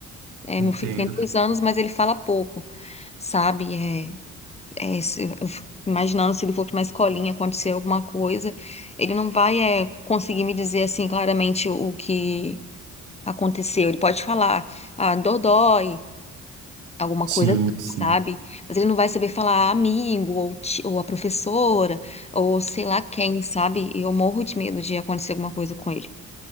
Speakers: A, on the left; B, on the right.
A: É,
B: Entendo.
A: meu filho tem dois anos, mas ele fala pouco, sabe? É, é, se- eu fico imaginando se ele for pra uma escolinha, acontecer alguma coisa, ele não vai é, conseguir me dizer assim claramente o que aconteceu. Ele pode falar, ah, dodói, alguma
B: Sim,
A: coisa,
B: sim,
A: assim, sabe? Mas ele não vai saber falar amigo, ou, ti- ou a professora, ou sei lá quem, sabe? Eu morro de medo de acontecer alguma coisa com ele.